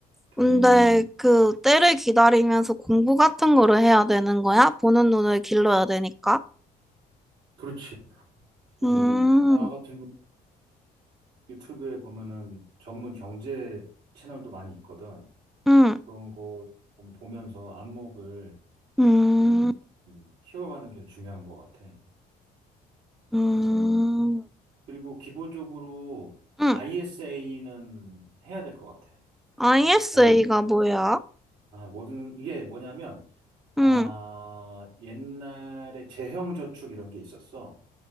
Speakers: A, on the right; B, in the centre.
A: 좀,
B: 근데 그 때를 기다리면서 공부 같은 거를 해야 되는 거야? 보는 눈을 길러야 되니까?
A: 그렇지. 뭐,
B: 음,
A: 나 같은 경우 유튜브에 보면은 전문 경제 채널도 많이 있거든.
B: 음,
A: 그런 거좀 보면서 안목을
B: 음,
A: 이, 음, 키워가는 게 중요한 것 같아.
B: 음,
A: 그리고, 그리고 기본적으로
B: 음.
A: ISA는 해야 될 것 같아.
B: ISA가
A: 모든,
B: 뭐야?
A: 아, 모든, 이게 뭐냐면, 아,
B: 음,
A: 옛날에 재형 저축 이런 게 있었어.